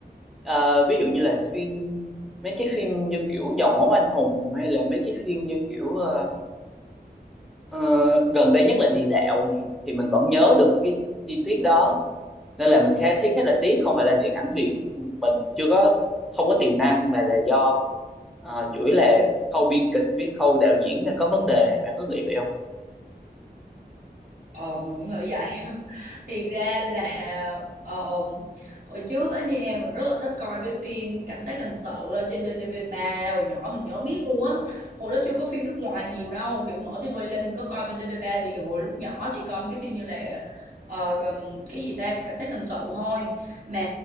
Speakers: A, in the centre; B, on the right.
A: Ờ, ví dụ như là phim mấy cái phim như kiểu Dòng máu anh hùng hay là mấy cái phim như kiểu ờ, ờ, gần đây nhất là Địa đạo này thì mình vẫn nhớ được cái chi tiết đó nên là mình khá thấy khá là tiếc không phải là điện ảnh Việt mình chưa có không có tiềm năng mà là do ờ, chủ yếu là khâu biên kịch với khâu đạo diễn đang có vấn đề bạn có nghĩ vậy không
B: Ờ mình cũng nghĩ vậy <laughs> thiệt ra là ờ, ờ, hồi trước á nha mình rất là thích coi cái phim cảnh sát hình sự ở trên VTV3 hồi nhỏ mình nhớ miết luôn á hồi đó chưa có phim nước ngoài nhiều đâu kiểu mở tivi lên thì có coi VTV3 thì hồi lúc nhỏ chỉ coi mấy cái phim như là ờ, ừm, cái gì ta cảnh sát hình sự thôi mà